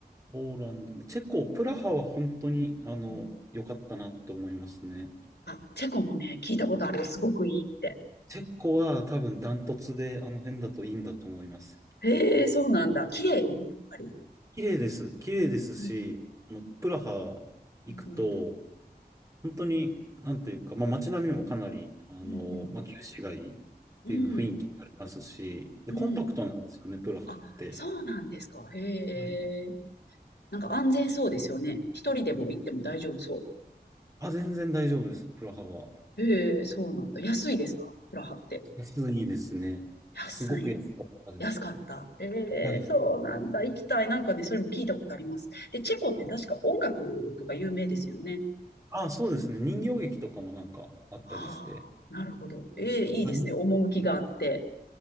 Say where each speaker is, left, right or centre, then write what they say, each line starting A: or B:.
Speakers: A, on the right (about 20°); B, on the left (about 85°).
A: ポーランドで、チェコ、プラハは本当に、あの、
B: うん、
A: 良かったなと思いますね。
B: あ、チェコもね、聞いたことあるよ。すごくいいって。
A: チェコは多分ダントツで、あの辺だといいんだと思います。
B: へえ、そうなんだ。綺麗やっぱり。
A: 綺麗です。綺麗ですし、
B: うんうん。
A: あの、プラハ行くと、
B: うんうん。
A: 本当に、なんていうか、まあ、街並みもかなり、あの、
B: うん
A: まあ、旧市街っていうの雰囲気ありますし、
B: うん。
A: で、
B: うん。
A: コンパクトなんですよね、
B: うん
A: プラハって。
B: あ、そうなんですか。へえ。
A: はい。
B: なんか安全そうですよね。一人でも行っても大丈夫そ
A: あ、全然大丈夫です、プラハは。
B: う。へえ、そうなんだ。安いですかプラハって。
A: 安いですね。
B: 安い。
A: すごく安かったです。
B: 安かった。ええ、
A: はい。
B: そうなんだ。行きたい。なんかね、それも聞いたことあります。で、チェコって確か音楽とか有名ですよね。
A: あ、そうですね。人形劇とかもなんかあったりして、
B: ああ、なるほど。ええ、いいですね。
A: まあ、人形劇
B: 趣があって。